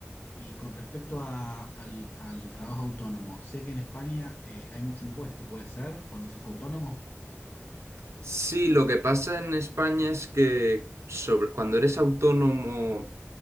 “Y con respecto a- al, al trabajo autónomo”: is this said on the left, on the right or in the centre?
Left